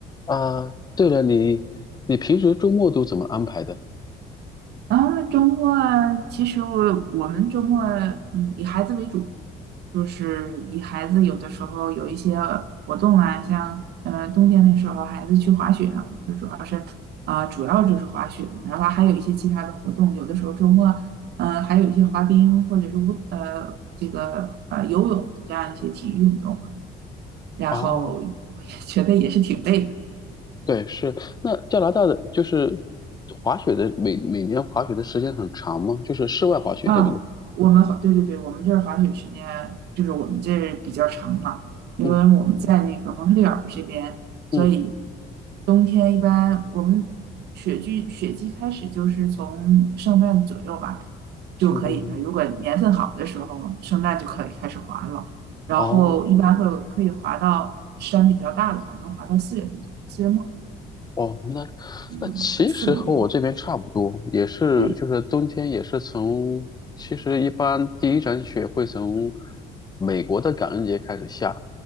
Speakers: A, on the left; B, on the right.
A: 啊，对了，你你平时周末都怎么安排的？
B: 啊，周末啊其实我我们周末嗯以孩子为主，就是以孩子有的时候有一些活动啊，像呃冬天的时候孩子去滑雪啊，我们就主要是啊、主要就是滑雪，然后还有一些其他的活动，有的时候周末嗯、呃还有一些滑冰或者是舞呃这个呃游泳这样一些体育运动，然后我也觉得也是挺累的。
A: 哦，对，是。那加拿大的就是滑雪的，每每年滑雪的时间很长吗？就是室外滑雪，
B: 啊，
A: 对不对？
B: 我们滑，对对对，我们这儿滑雪时间就是我们这儿比较长嘛，因为我们在那个蒙特利尔这边，
A: 嗯
B: 所以
A: 嗯，
B: 冬天一般我们雪季雪季开始就是从圣诞左右吧就可以了。
A: 圣诞节。
B: 如果年份好的时候，圣诞就可以开始滑了，然后一般会有可以滑到山比较大的话，
A: 哦
B: 能滑到四月份左右，四月末，
A: 哦，那
B: 嗯，
A: 那其实和我这边差不多，
B: 四个月，
A: 也是就是冬天也是从，
B: 对，
A: 其实一般第一场雪会从美国的感恩节开始下，